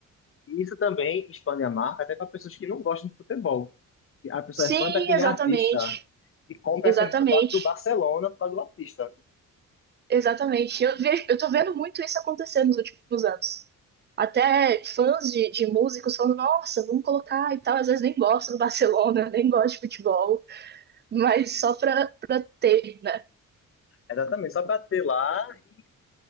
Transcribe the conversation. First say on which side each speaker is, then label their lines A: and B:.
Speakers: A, on the left (about 40°); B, on the right (about 35°).
A: E isso também expande a marca até para pessoas que não gostam de futebol. E A pessoa
B: Sim,
A: é fã daquele
B: exatamente,
A: artista e compra
B: exatamente.
A: a camisa do Bar- do Barcelona por causa do artista.
B: Exatamente. Eu vejo, eu tô vendo muito isso acontecer nos últimos anos. Até fãs de, de músicos falando, nossa, vamos colocar e tal. Às vezes nem gosto do Barcelona, <laughs> nem gosto de futebol, mas só pra, pra ter, né?
A: Exatamente, só para ter lá e